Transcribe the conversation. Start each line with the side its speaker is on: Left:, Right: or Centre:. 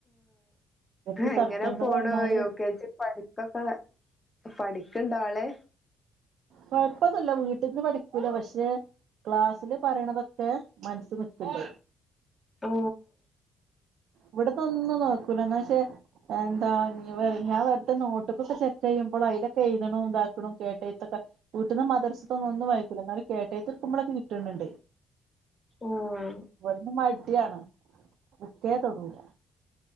Right: ഇവർക്ക്
Left: ആ എങ്ങനെ
Right: സെപ്റ്റംബർ
Left: പോണ്
Right: വന്നാല്
Left: യൂക്കേജി പഠിപ്പൊക്കെ പഠിക്ക്ണ്ടാള്
Right: കൊഴപ്പൊന്നുല്ല വീട്ട്ന്ന് പഠിക്കൂല പക്ഷെ ക്ലാസ്സില് പറയണതൊക്കെ മൻസ്സ് നിക്ക്ണ്ട്
Left: ആ
Right: ഇവ്ട്ന്നൊന്നും നോക്കൂല എന്ന പക്ഷെ എന്താ ഞാൻ വെർതെ നോട്ട്ക്കൊക്കെ ചെക്കെയ്യുമ്പോ അയ്ലൊക്കെ എയ്ത്ണും ഇതാക്കണും കേട്ടെയ്ത്തൊക്കെ വീട്ട്ന്ന് മദർസ്ത്തന്നൊന്നും വായിക്കൂല്ല ന്നാലും കേട്ടെയ്ത്ത്ട്ക്കുമ്പളൊക്കെ കിട്ട്ണ് ണ്ട്
Left: ആഹ്
Right: ഇവ്ട്ന്ന് മട്യാണ് ക്കേ തൊടൂല